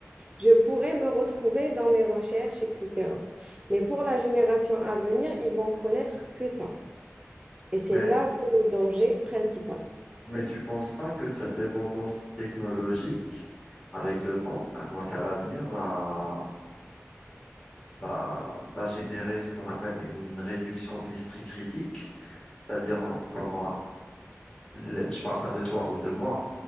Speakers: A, on the right; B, on the left.
A: je pourrais me retrouver dans mes recherches, etc. Mais pour la génération à venir, ils vont connaître que ça. Et c'est
B: Mais
A: là où est le danger principal.
B: mais tu penses pas que cette dépendance technologique avec le temps, ah, donc à l'avenir, va, va, va générer ce qu'on appelle une réduction de l'esprit critique, c'est-à-dire on- qu'on aura, le- je parle pas de toi ou de moi,